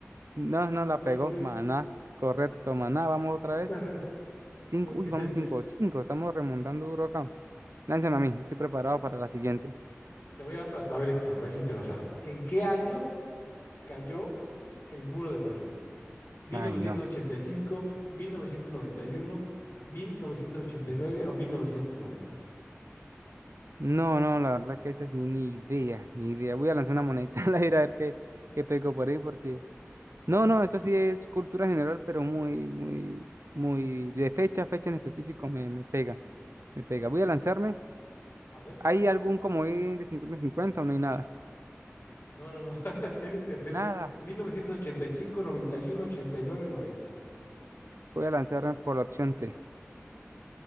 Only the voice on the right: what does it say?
No, no la
pegó, maná. Correcto, maná. Vamos otra
vez. Cinco,
uy, vamos cinco, cinco, Estamos remontando duro acá. Lánzame a mí, estoy preparado para la siguiente.
Ay, no.
No, no, la verdad que esa sí, ni idea, ni idea. Voy a lanzar una monedita <laughs> al aire a ver qué, qué pego por ahí, porque. No, no, eso sí es cultura general, pero muy, muy, muy. De fecha a fecha en específico me, me pega, me pega. Voy a lanzarme.
¿Hay algún comodín de 50 cincuenta o no hay nada?
Nada.
Voy a lanzarme por la opción C.